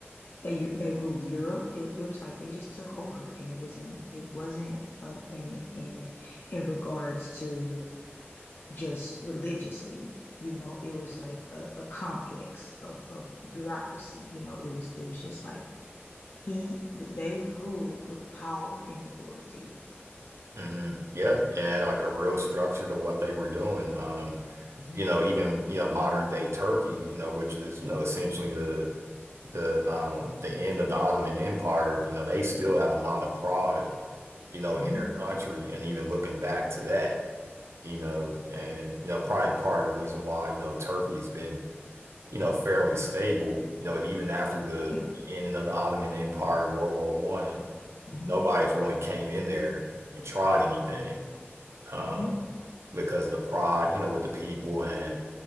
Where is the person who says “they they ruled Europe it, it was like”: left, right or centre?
Left